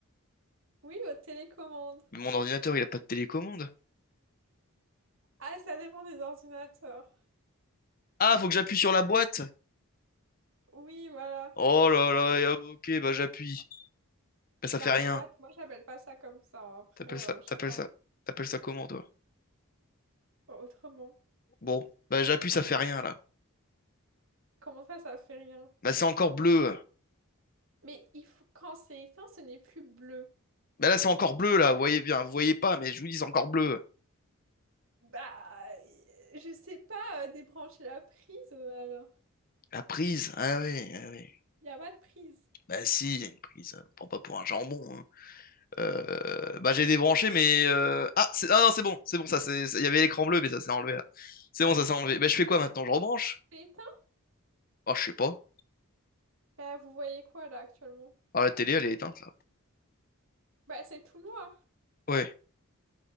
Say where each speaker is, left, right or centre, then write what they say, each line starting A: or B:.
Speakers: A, on the right; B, on the left.
A: Oui, votre télécommande.
B: Mais mon ordinateur, il a pas de télécommande.
A: Ah, ça dépend des ordinateurs.
B: Ah, faut que j'appuie sur la boîte?
A: Oui, voilà.
B: Oh là là, et ah, ok, bah j'appuie. Bah ça
A: La
B: fait rien.
A: boîte, moi, j'appelle pas ça comme ça. hein. Après,
B: T'appelles
A: euh,
B: ça,
A: chacun
B: t'appelles ça, t'appelles ça comment toi?
A: autrement.
B: Bon, bah j'appuie, ça fait rien là.
A: Comment ça, ça fait rien?
B: Bah c'est encore bleu.
A: Mais il faut... quand c'est éteint, ce n'est plus bleu.
B: Ben là, c'est encore bleu, là, vous voyez bien, vous voyez pas, mais je vous dis, c'est encore bleu.
A: Bah, euh, je sais pas euh, débrancher la prise euh, alors.
B: La prise, ah oui, ah oui.
A: Il a pas de prise.
B: Bah si, il y a une prise, on me prend pas pour un jambon. hein. Euh, bah j'ai débranché, mais... euh, Ah, c'est- ah non, c'est bon, c'est bon, ça, c'est... c'est- il y avait l'écran bleu, mais ça s'est enlevé, là. C'est bon, ça s'est enlevé. Bah je fais quoi maintenant, je rebranche?
A: C'est éteint?
B: Ah, je sais pas.
A: Bah, vous voyez quoi là actuellement?
B: Ah, la télé, elle est éteinte, là.
A: Bah, c'est tout noir.
B: Ouais,